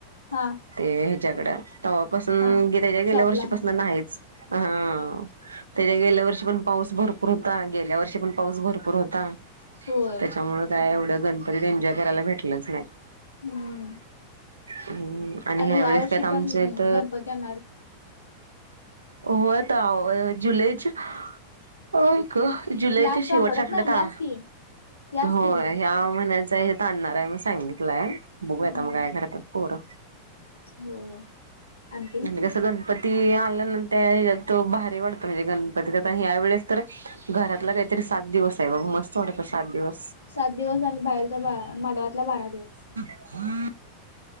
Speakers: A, on the left (about 80°); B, on the right (about 75°).
A: हा.
B: ते ह्याच्याकडं तेव्हापासून
A: हा
B: <unintelligible> गेल्या
A: शॉपला
B: वर्षीपासून
A: हा
B: नाहीच हा. त्याच्या गेल्या वर्षी पण पाऊस भरपूर होता गेल्या वर्षी पण पाऊस भरपूर होता.
A: होय
B: त्याच्यामुळं काय
A: होता
B: एवढं गणपतीत एन्जॉय करायला भेटलंच नाही.
A: हम्म
B: हम्म आणि
A: आता
B: ह्यावेेळेस
A: ह्या वर्षी
B: कायत आमच्यात
A: पण गणपती आणणार
B: होय ताव जुलैच हो जुलैच्या
A: लास्ट
B: शेवटच्या आठवड्यात
A: ना ह्याच
B: आ
A: की याच
B: होय
A: की मग
B: ह्या महिन्याचा हे आणणार आहे म्हणून सांगितलाय, बघूया
A: हम्म
B: आता मग काय करतात पोरं.
A: होय. आणतील
B: म्हणजे
A: की
B: जसं गणपती आलं ना त्या हेज्यत तो भारी वाटतो, म्हणजे गणपती आता ते ह्या वेळेस तर घरातला काहीतरी सात दिवस आहे बघ. मस्त वाटतं सात दिवस.
A: सात दिवस आणि बाहेरचा <unintelligible> मांडवातला बारा दिवस.
B: <unintelligible>